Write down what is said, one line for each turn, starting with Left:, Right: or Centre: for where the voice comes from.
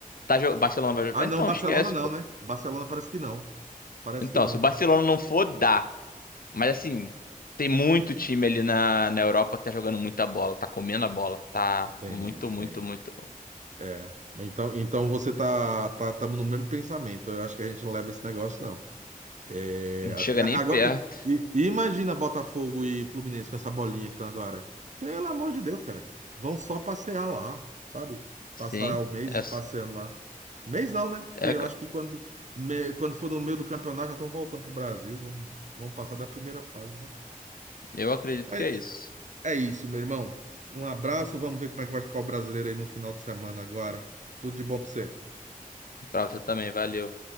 Left: tá jogando. Barcelona vai jogar.
Right: Ah, não,
Left: Então,
Right: Barcelona
Left: esquece,
Right: não,
Left: pô.
Right: né? Barcelona parece que não. Parece
Left: Então,
Right: que não.
Left: se o Barcelona não for, dá. Mas assim, tem muito time ali na, na Europa que tá jogando muita bola, tá comendo a bola. Tá
Right: Tem,
Left: muito, muito,
Right: tem.
Left: muito.
Right: É. Então, então você tá, tá, tamo no mesmo pensamento. Eu acho que a gente não leva esse negócio, não. É,
Left: Não chega
Right: até- agora,
Left: nem perto.
Right: e, e- e imagina Botafogo e Fluminense com essa bolinha que estão agora. Pelo amor de Deus, cara. Vão só passear lá, sabe? Passar
Left: Sim,
Right: o mês
Left: é,
Right: passeando lá. Mês não, né? Porque
Left: é-
Right: eu acho que quando, me- quando for no meio do campeonato já estão voltando para o Brasil. Vamos, vamos passar da primeira fase, né?
Left: eu acredito
Right: Mas
Left: que é isso.
Right: é isso, meu irmão. Um abraço. Vamos ver como é que vai ficar o brasileiro aí no final de semana agora. Tudo de bom para você.
Left: Pra você também, valeu.